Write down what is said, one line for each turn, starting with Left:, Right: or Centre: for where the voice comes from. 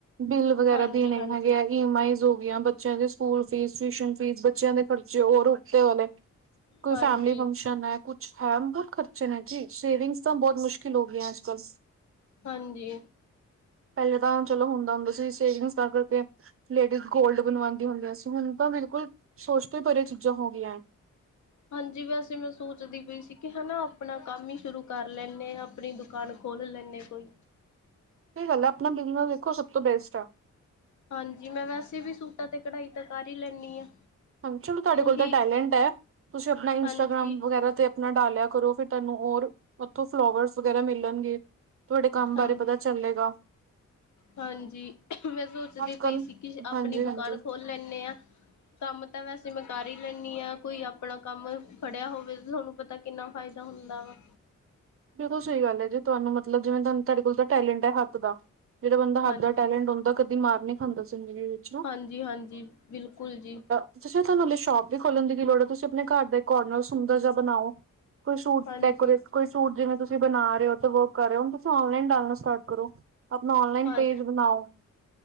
Right: ਬਿੱਲ ਵਗੈਰਾ
Left: ਹਾਂਜੀ
Right: ਦੇਣੇ
Left: ਹਾਂਜੀ
Right: ਹੈਗੇ ਆ ਈ ਐਮ ਆਈਜ਼ ਹੋ ਗਆਂ ਬੱਚਿਆਂ ਦੇ ਸਕੂਲ ਫੀਸ ਟਿਊਸ਼ਨ ਫੀਸ ਬੱਚਿਆਂ ਦੇ ਖਰਚ ਜੇ ਹੋ ਰੁਕਤੇ ਵਾਲੇ ਕੋਈ
Left: ਹਾਂਜੀ
Right: ਫੈਮਲੀ ਫੰਕਸ਼ਨ ਹੈ ਕੁਛ ਹੈ ਮਤਲਬ ਖਰਚੇ ਆ ਜੀ ਸੇਵਿੰਗਸ ਤਾਂ ਬਹੁਤ ਮੁਸ਼ਕਿਲ ਹੋ ਗਈਆਂ ਅੱਜ ਕੱਲ।
Left: ਹਾਂਜੀ
Right: ਪਹਿਲੇ ਤਾਂ ਚਲੋ ਹੁੰਦਾ ਹੁੰਦਾ ਸੀ ਸੇਵਿੰਗਸ ਦਾ ਕਰਕੇ ਲੇਡੀਜ਼ ਗੋਲਡ ਬਣਵਾਉਂਦੀ ਹੁੰਦੀਆਂ ਸੀ ਹੁਣ ਤਾਂ ਬਿਲਕੁਲ ਸੋਚ ਤੋਂ ਹੀ ਪਰਰੇ ਚੀਜ਼ਾਂ ਹੋ ਗਈਆਂ।
Left: ਹਾਂਜੀ ਵੈਸੇ ਮੈਂ ਸੋਚਦੀ ਪਈ ਸੀ ਕਿ ਹਨਾ ਆਪਣਾ ਕੰਮ ਹੀ ਸ਼ੁਰੂ ਕਰ ਲੈਂਦੇ ਹਾਂ ਆਪਣੀ ਦੁਕਾਨ ਖੋਲ ਲੈਣੇ ਕੋਈ।
Right: ਸਹੀ ਗੱਲ ਆ ਆਪਣਾ ਬਿਜਨਸ ਵੇਖੋ ਸਭ ਤੋਂ ਬੈਸਟ ਆ।
Left: ਹਾਂਜੀ ਮੈਂ ਵੈਸੇ ਵੀ ਸੂਟਾਂ ਤੇ ਕਢਾਈ ਤਾਂ ਕਰ ਹੀ ਲੈਂਦੀ ਹਾਂ।
Right: ਹਾਂਜੀ ਚਲੋ ਤੁਹਾਡੇ ਕੋਲ
Left: ਉਹੀ
Right: ਤਾਂ ਟੈਲੈਂਟ ਹੈ ਤੁਸੀਂ ਆਪਣਾ ਇੰਸਟਾਗ੍ਰਾਮ
Left: ਹਾਂਜੀ
Right: ਵਗੈਰਾ ਤੇ ਆਪਣਾ ਡਾਲਿਆ ਕਰੋ ਫਿਰ ਤੁੈਾਨੂੰ ਹੋਰ ਉੱਥੋਂ ਫਲਾਵਰਸ ਵਗੈਰਾ ਮਿਲਣਗੇ ਤੁਹਾਡੇ ਕੰਮ ਬਾਰੇ
Left: ਹਾਂਜੀ
Right: ਪਤਾ ਚੱਲੇਗਾ।
Left: ਹਾਂਜੀ ਮੈਂ ਸੋਚਦੀ
Right: ਅੱਜ ਕੱਲ
Left: ਪਈ ਸੀ ਕਿ ਆਪਣੀ
Right: ਹਾਂਜੀ
Left: ਦੁਕਾਨ
Right: ਹਾਂਜੀ
Left: ਖੋਲ ਲੈਣੇ ਹਾਂ। ਕੰਮ ਤਾਂ ਵੈਸੇ ਮੈਂ ਕਰ ਹੀ ਲੈਣੀ ਹਾਂ ਕੋਈ ਆਪਣਾ ਕੰਮ ਖੜਿਆ ਹੋਵੇ ਤੁਹਾਨੂੰ ਪਤਾ ਕਿੰਨਾ ਫ਼ਾਇਦਾ ਹੁੰਦਾ ਵਾ।
Right: ਬਿਲਕੁਲ ਸਹੀ ਗੱਲ ਹੈ ਜੀ ਤੁਹਾਨੂੰ ਮਤਲਬ ਜਿਵੇਂ ਤੁ ਤੁਹਾਡੇ ਕੋਲ ਤਾਂ ਟੈਲੈਂਟ ਹੈ ਹੱਥ ਦਾ ਜਿਹੜਾ ਬੰਦਾ
Left: ਹਾਂਜੀ।
Right: ਹੱਥ ਦਾ ਟੈਲੈਂਟ ਹੁੰਦਾ ਕਦੀ ਮਾਰ ਨਹੀਂ ਖਾਂਦਾ ਜਿੰਦਗੀ ਵਿਚ।
Left: ਹਾਂਜੀ ਹਾਂਜੀ ਬਿਲਕੁਲ ਜੀ।
Right: ਤੁਸੀਂ ਤੁਹਾਨੂੰ ਸ਼ੋਪ ਵੀ ਖੋਲਣ ਦੀ ਕੀ ਲੋੜ ਹੈ ਤੁਸੀਂ ਆਪਣੇ ਘਰ ਦਾ ਕੋਰਨਰ ਸੁੰਦਰ ਜਿਹਾ ਬਣਾਓ। ਕੋਈ ਸ਼ੂਟ
Left: ਹਾਂਜੀ
Right: ਡੈਕੋਰੇਟ ਕੋਈ ਸੂਟ ਜਿਵੇਂ ਤੁਸੀਂ ਬਣਾ ਰਹੇ ਹੋ ਵਰਕ ਕਰ ਰਹੇ ਹੋ ਤੁਸੀਂ ਓਨਲਾਈਨ ਡਾਲਣਾ ਸਟਾਰਟ ਕਰੋ। ਆਪਣਾ ਨਲਾਈਨ
Left: ਹਾਂ
Right: ਪੇਜ ਬਣਾਓ